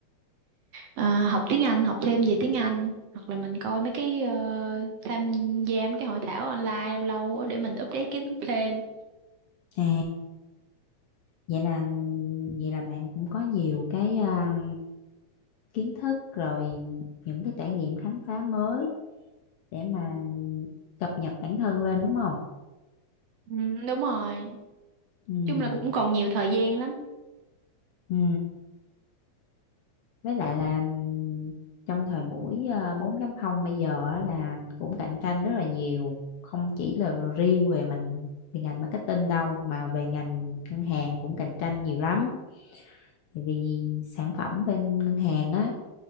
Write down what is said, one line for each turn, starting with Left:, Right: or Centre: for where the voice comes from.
Right: ờ, học tiếng Anh học thêm về tiếng Anh hoặc là mình coi mấy cái ờ, tham gia mấy cái hội thảo online lâu lâu á để mình update kiến thức thêm
Left: à vậy là vậy là bạn cũng có nhiều cái ờ, kiến thức rồi những cái trải nghiệm khám phá mới để mà cập nhật bản thân lên đúng không?
Right: ừ, đúng rồi
Left: Ừ.
Right: chung là cũng còn nhiều thời gian lắm
Left: Ừ. Với lại là trong thời buổi ờ, 4.0 bây giờ á là cũng cạnh tranh rất là nhiều, không chỉ là riêng về mình về ngành marketing đâu mà về ngành ngân hàng cũng cạnh tranh nhiều lắm. Tại vì sản phẩm bên ngân hàng á